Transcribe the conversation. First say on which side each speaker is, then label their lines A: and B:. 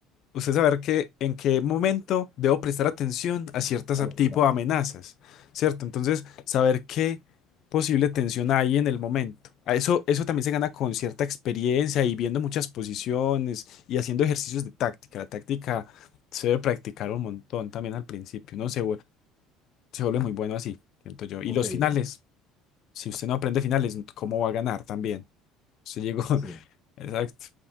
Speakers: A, on the left (about 50°); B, on the left (about 20°).
A: usted saber que en qué momento debo prestar atención a ciertas
B: al
A: a-
B: otro
A: tipo
B: lado.
A: de amenazas, ¿cierto? Entonces, saber qué posible tensión hay en el momento. A Eso, eso también se gana con cierta experiencia y viendo muchas posiciones y haciendo ejercicios de táctica. La táctica se debe practicar un montón también al principio. No sé, se vuelve muy bueno así, siento yo. Y
B: Ok,
A: los finales,
B: o-
A: si usted no aprende finales, ¿cómo va a ganar también? Usted llegó, <laughs>
B: sí,
A: exacto.